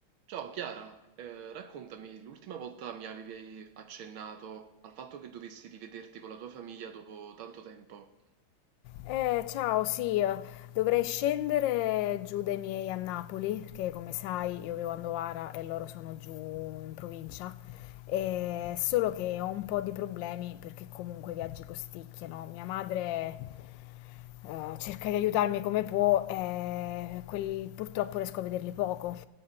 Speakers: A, on the right; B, on the left.
A: Ciao Chiara, eh, raccontami, l'ultima volta mi avevi accennato al fatto che dovessi rivederti con la tua famiglia dopo tanto tempo.
B: Eh, ciao, sì, eh, dovrei scendere giù dai miei a Napoli, perché come sai io vivo a Novara e loro sono giù in provincia, Eh, solo che ho un po' di problemi perché comunque i viaggi costicchiano. Mia madre eh, cerca di aiutarmi come può, eh, quel- purtroppo riesco a vederli poco.